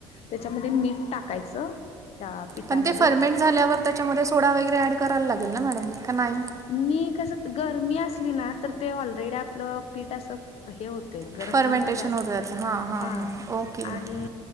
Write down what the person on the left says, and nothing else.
त्याच्यामध्ये मीठ टाकायचं त्या पिठामध्ये
मी कस गरमी असली ना तर ते ऑलरेडी आपलं पीठ असं हे होत ते गरमी
ना जास्त
हा
आणि